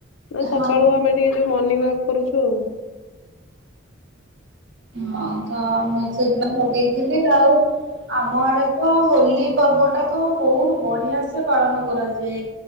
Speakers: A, on the left (about 80°); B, on the right (about 65°).
A: ନା ସକାଳୁ
B: ହଁ
A: ଆମେ ଟିକେ ଯଉ ମନଣିଂ ୱର୍କ କରୁଛୁ ଆଉ।
B: ହଁ ତ ମୁଁ ସେଇଥି ପାଇଁ ଲଗେଇଥିଲି ଆଉ ଆମ ଆଡେ ତ ହୋଲି ପର୍ବ ଟା ତ ବହୁତ ବଢିଆ ସେ ପାଳନ କରାଯାଏ।